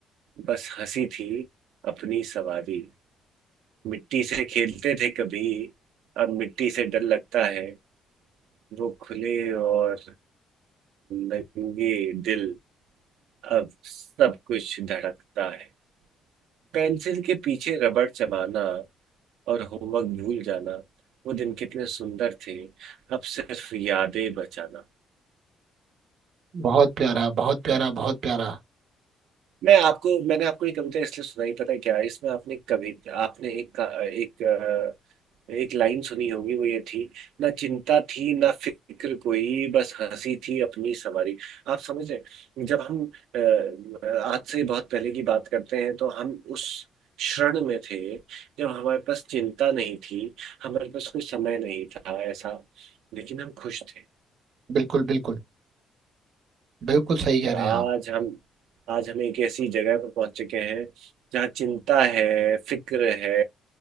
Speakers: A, on the right; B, on the right.
A: बस हंसी थी अपनी सवारी मिट्टी से खेलते थे कभी अब मिट्टी से डर लगता है वो खुले और नंगे दिल अब सब कुछ धड़कता है पेंसिल के पीछे रबड़ चबाना और होमवर्क भूल जाना वो दिन कितने सुंदर थे अब सिर्फ यादें बचाना
B: बहुत प्यारा बहुत प्यारा
A: है।
B: बहुत प्यारा
A: मैं आपको मैंने आपको ये कविता इसलिए सुनाई पता है क्या इसमें आपने कभी आपने एक का- एक अ, एक लाइन सुनी होगी वो ये थी ना चिंता थी ना फिक्र कोई बस हंसी थी अपनी सवारी आप समझ रहे जब हम अ, आज से बहुत पहले की बात करते हैं तो हम उस क्षण में थे जब हमारे पास चिंता नहीं थी हमारे पास कोई समय नहीं था ऐसा लेकिन हम खुश थे
B: बिल्कुल बिल्कुल बिल्कुल सही कह
A: और
B: रहे
A: आज
B: हैं आप
A: हम आज हम एक ऐसी जगह पर पहुंच चुके हैं जहाँ चिंता है फिक्र है